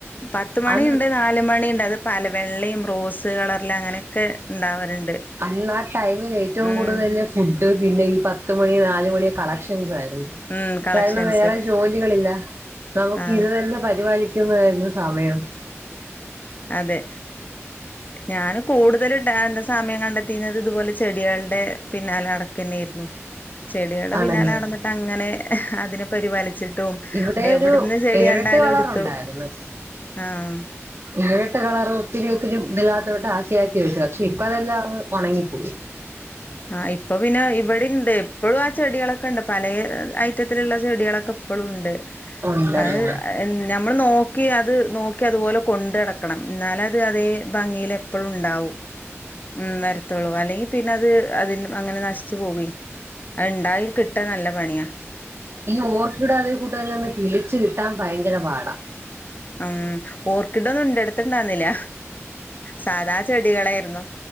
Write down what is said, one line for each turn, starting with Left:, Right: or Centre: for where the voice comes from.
Left: പത്ത് മണിയുണ്ട്
Right: അന്ന്
Left: നാല് മണിയുണ്ട് അത് പല വെള്ളയും റോസ് കളറില് അങ്ങനെയൊക്കെ ഉണ്ടാവാറുണ്ട്
Right: അന്നാ ടൈമില് ഏറ്റവും
Left: ഉം
Right: കൂടുതല് ഫുഡ് പിന്നെ ഈ പത്ത് മണി നാല് മണി കളക്ഷൻസ് ആയിരുന്നു
Left: ഉം കളക്ഷൻസ്
Right: കാരണം വേറെ ജോലികളില്ല നമുക്ക്
Left: ആഹ്
Right: ഇത് തന്നെ പരിപാടി ക്കും ആയിരുന്നു സമയം
Left: അതെ ഞാനും കൂടുതൽ ഉണ്ടാരുന്ന സമയം കണ്ടെത്തിയിരുന്നത് ഇതുപോലെ ചെടികളുടെ പിന്നാലെ നടക്കുക തന്നെയായിരുന്നു ചെടികളുടെ
Right: ആണല്ലോ
Left: പിന്നാലെ നടന്നിട്ട് അങ്ങനെ അതിനെ പരിപാലിച്ചി ട്ടും
Right: ഇവിടെ
Left: എവിടന്ന്
Right: ഒരു
Left: ചെടി
Right: ഏഴെട്ട്
Left: കണ്ടാലും
Right: കളറുണ്ടായിരുന്നു
Left: എടുത്തു ആഹ്
Right: ഏഴെട്ട് കളറ് ഒത്തിരി ഒത്തിരി ഇതിലാത്തോട്ട് ആക്കി ആക്കി വെച്ചു പക്ഷെ ഇപ്പ അതെല്ലാം അങ്ങ് ഒണങ്ങിപ്പോയി
Left: ആഹ് ഇപ്പൊ പിന്നെ ഇവിടെ ഉണ്ട് ഇപ്പളും ആ ചെടികളൊക്കെ ഉണ്ട് പല ഐറ്റത്തിലുള്ള ചെടികളൊക്കെ ഇപ്പളും ഉണ്ട്
Right: ഉണ്ടല്ലേ
Left: അത് നമ്മള് നോക്കി അത് നോക്കി അതുപോലെ കൊണ്ട നടക്കണം എന്നാലെ അത് അതേ ഭംഗിയിൽ എപ്പളും ഉണ്ടാവും ഉം നര ത്തോളൂ അല്ലെങ്കിൽ പിന്നെ അത് അതി അങ്ങനെ നശിച്ചു പോകുവേ അത് ഉണ്ടായി കിട്ടാൻ നല്ല പണിയാ
Right: ഈ ഓർക്കിഡ്‌ അതേ കൂട്ട് അതിനെ ഒന്ന് കിളിച്ച് കിട്ടാൻ ഭയങ്കര പാടാ
Left: ഉം ഓർക്കിഡൊന്നും എന്റെ അടുത്ത് ഉണ്ടായിരുന്നില്ല സാധാ ചെടികളായിരുന്നു